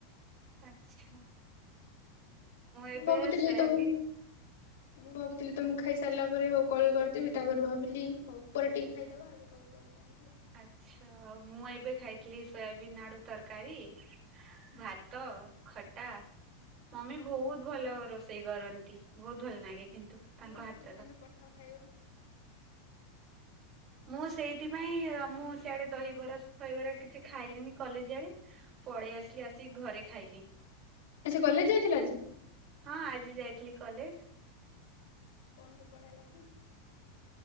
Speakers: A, on the right (about 40°); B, on the left (about 80°).
A: ଆଚ୍ଛା ଏବେ
B: ମୁଁ ଭାବୁଥିଲି
A: ସୋୟାବିନ୍
B: ତମକୁ ମୁଁ ଭାବୁଥିଲି ତମକୁ ଖାଇ ସାରିଲା ପରେ ହଉ କଲ କରିଦେବି। ତା ପରେ ଭାବିଲି ହଉ ପରେ ଟିକେ ଖାଇଦବା। <unintelligible>
A: ଆଚ୍ଛା ମୁଁ ଏବେ ଖାଇଥିଲି ସୋୟାବିନ୍ ଆଡୁ ତରକାରୀ।
B: ଆଉ।
A: ଭାତ ଖଟା ମମି ବହୁତ ଭଲ ରୋଷେଇ କରନ୍ତି ବହୁତ ଭଲ ନାଗେ। କିନ୍ତୁ
B: ମୁଁ
A: ତାଙ୍କ
B: ଭାବ
A: ହାତର
B: କେବେ ଦିନ ପଠାଅ ଖାଇବା
A: ମୁଁ ସେଇଥିପାଇଁ ଅଁ ମୁଁ ସିଆଡେ ଦହିବରା ଫଇବରା କିଛି ଖାଇଲିିନି କଲେଜ ଆଡେ। ପଳେଇ ଆସିଲି ଆସି ଘରେ ଖା ଖାଇଲି।
B: ଆଜି କଲେଜ ଯାଇଥିଲ ଆଜି?
A: ହଁ ଆଜି ଯାଇଥିଲି କଲେଜ।
B: କଣ ପଢା ହେଲା କି?